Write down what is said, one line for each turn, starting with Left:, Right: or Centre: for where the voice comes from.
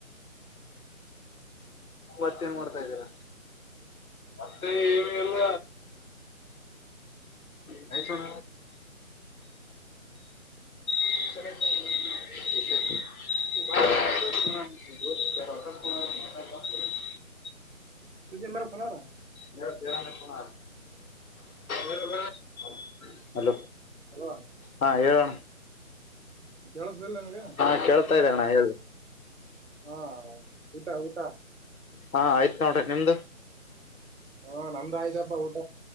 Left: ಮ್ಯಾಥೆ ಎನ್ ಮಾಡ್ತಾ ಇದ್ದೀರ ಮತ್ತೆ ಏನು ಎಲ್ಲ ನ ಸಣ ವಿ <inaudible>
Right: ಸುಜಿ ಮರ ಸುನಾರ
Left: ಮೇ ತೇರಾನ ಸುನಾರ <inaudible> ಹಲೋ
Right: ಹಲೋ
Left: ಹಾ ಹೇಳೋಣ
Right: ಕೇಳಿಸ್ಲಿಲ್ಲ ನಿನಗೆ
Left: ಹಾ ಕೇಳ್ತಾ ಇದ್ದಣ ಹೇಳ
Right: ಹಾ ಊಟ ಊಟ
Left: ಹಾ ಆಯ್ತ್ ನೋಡ್ರಿ ನಿಮ್ದು
Right: ಹಾ ನಮ್ದು ಆಯ್ತಪ್ಪ ಊಟ